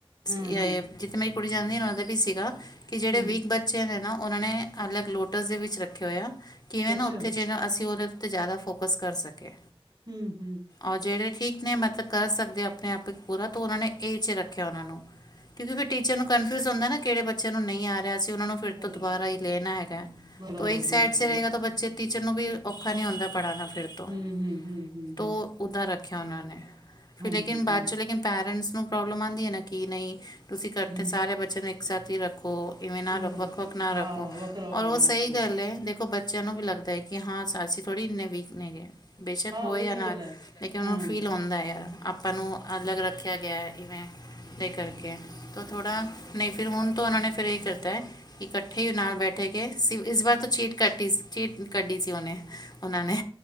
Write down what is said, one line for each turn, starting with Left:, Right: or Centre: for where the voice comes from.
Right: ਹੂੰ
Left: ਏ
Right: ਹੂੰ
Left: ਜਿੱਥੇ ਮੇਰੀ ਕੁੜੀ ਜਾਂਦੀ ਓਦੇ ਵੀ ਸੀਗਾ, ਕਿ ਜੇੜੇ
Right: ਹੂੰ
Left: ਵੀਕ ਬੱਚੇ ਨੇ ਨਾ ਓਨਾਂ ਨੇ ਅਲਗ ਲੋਟਸ ਦੇ ਵਿਚ ਰੱਖੇ ਹੋਏ‌ ਆ, ਕਿਵੇਂ
Right: ਅੱਛਾ
Left: ਨਾ ਉਥੇ ਜੇੜਾ ਅਸੀ ਓਦੇ ਤੇ ਜਿਆਦਾ ਫੋਕਸ ਕਰ ਸਕੇ
Right: ਹੂੰ, ਹੂੰ।
Left: ਓ ਜੇੜੇ ਠੀਕ ਨੇ ਮਤਲਬ ਕਰ ਸਕਦੇ ਅਪਨੇ ਆਪ ਪੂਰਾ, ਤਾਂ ਓਨਾਂ ਨੇ ਏ ਚ ਰੱਖੇਆ ਓਨਾਂ ਨੂੰ ਕਿਉਂਕਿ ਫਿਰ ਟੀਚਰ ਨੂੰ ਕਨਫਿਊਜ਼ ਹੁੰਦਾ ਨਾ, ਕਿਹੜੇ ਬੱਚੇ ਨੂੰ ਨਹੀ ਆ ਰਿਹਾ ਅਸੀ ਓਨਾਂ ਨੂੰ ਫਿਰ
Right: ਬਰਾਬਰ
Left: ਤੋ ਦੋਬਾਰਾ ਈ ਲੈਨਾ ਹੈਗਾ,
Right: ਬਰਾਬਰ
Left: ਤੋ ਇਕ ਸਾਈਡ
Right: ਬਰਾਬਰ
Left: ਰਹੇਗਾ
Right: ਇੱਕਦਮ
Left: ਤੋ ਬੱਚੇ ਟੀਚਰ ਨੂੰ ਵੀ ਔਖਾ ਨੀ ਹੋਂਦਾ ਪੜਾਨਾ ਫਿਰ ਤੋਂ,
Right: ਹੂੰ ਹੂੰ ਹੂੰ ਹੂੰ
Left: ਤੋ
Right: ਹੂੰ
Left: ਉਦਾ ਰੱਖਿਆ ਓਨਾਂ ਨੇ,
Right: ਹਾਂਜੀ
Left: ਫਿਰ ਲੇਕਿਨ ਬਾਦ
Right: ਹਾਂਜੀ
Left: ਚੋਂ ਲੇਕਿਨ ਪੈਰੈਂਟਸ ਨੂੰ ਪ੍ਰੋਬਲਮ ਆਂਦੀ ਏ ਨਾ ਕਿ ਨਈ ਤੂਸੀ ਕੱਠੇ
Right: ਹੂੰ
Left: ਸਾਰੇ ਬੱਚਿਆਂ ਨੂੰ ਇਕ ਸਾਥ ਹੀ ਰੱਖੋ, ਇਵੇਂ ਨਾ
Right: ਬਰਾਬਰ
Left: ਵੱਖ, ਵੱਖ ਨਾ
Right: ਹਾਂ
Left: ਰੱਖੋ,
Right: ਵੱਖਰਾ ਵੱਖਰਾ
Left: ਔਰ ਓ
Right: ਨਾ
Left: ਸਈ
Right: ਰੱਖੋ
Left: ਗਲ ਏ ਦੇਖੋ ਬੱਚ ਬੱਚੇਆਂ ਨੂੰ ਵੀ ਲੱਗਦੈ, ਕਿ ਹਾਂ ਅਸੀ ਥੋੜੀ ਇਨੇ ਵੀਕ ਨੇਗੇ। ਬੇਸ਼ੱਕ
Right: ਹਾਂ
Left: ਹੋਏ
Right: ਉਹ
Left: ਯਾ
Right: ਵੀ
Left: ਨਾ,
Right: ਗੱਲ ਹੈ
Left: ਲੇਕਿਨ ਓਨਾਂ
Right: ਹੂੰ
Left: ਨੂੰ ਫੀਲ ਹੋਂਦਾ ਏ ਆਪਾਂ ਨੂੰ ਅਲਗ ਰਖਿਆ ਗਿਆ ਇਵੇਂ ਦੇ ਕਰਕੇ ਤੋਂ ਥੋੜਾ ਨਹੀਂ ਫਿਰ ਹੁਨ ਤਾਂ ਉਹਨਾਂ ਨੇ ਫਿਰ ਇਹੀ ਕੀਤਾ ਕੀ ਇਕੱਠੇ ਹੀ ਨਾਲ ਬੈਠੇ ਕੇ ਇਸ ਵਾਰ ਤੋਂ ਚੀਟ ਕੱਟੀ ਚ ਕੱਢੀ ਸੀ ਉਹਨੇ <unintelligible> ਉਹਨਾਂ ਨੇ